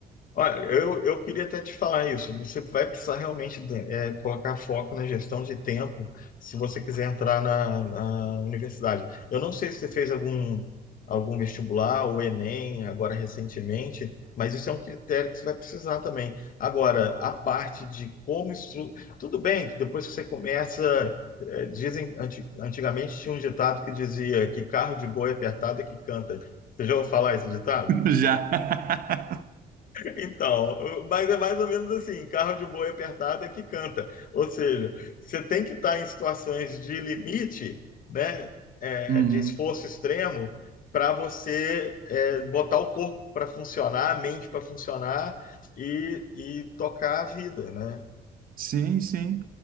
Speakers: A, on the left; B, on the right.
A: Olha, eu, eu queria até te falar isso. Você vai precisar realmente de- é, colocar foco na gestão de tempo se você quiser entrar na, na universidade. Eu não sei se você fez algum, algum vestibular ou Enem agora recentemente, mas isso é um critério que você vai precisar também. Agora, a parte de como estru... Tudo bem que depois que você começa. é, dizem, anti- antigamente tinha um ditado que dizia que carro de boi é apertado é que canta. Você já ouviu falar esse ditado?
B: Já. <laughs>
A: Então, mas é mais ou menos assim, carro de boi apertado é que canta. Ou seja, você tem que estar em situações de limite, né, é,
B: Uhum.
A: de esforço extremo, para você é, botar o corpo para funcionar, a mente para funcionar e, e tocar a vida, né?
B: Sim, sim.